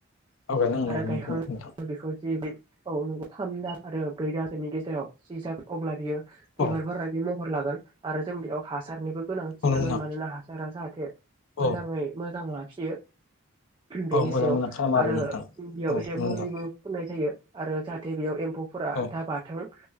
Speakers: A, on the left; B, on the right.
A: औ गायनांगोन
B: आरो गायखां
A: औ नोंथां
B: बेखौ जे बे औ नोंगौ थाम दा आरो ब्रै दासोनि गेजेराव जि जाग अब्ला बियो बिबार
A: औ
B: बारनाय बे महर लागोन आरो जों बेयाव हासारनिबो गोनांथि
A: औ नोंथां
B: जागोन मानोना हासारा जाहाथे थे
A: औ
B: मोजाङै मोजां लाखियो बेनि
A: औ
B: सायाव
A: मोजां मोजां खालाम
B: आरो
A: नोंथां
B: बेयाव
A: औ
B: एसे
A: नोंथां
B: मुलिबो फोननाय जायो आरो जाहाथे बेयाव एम फौ'फोरा
A: औ
B: दा बाथों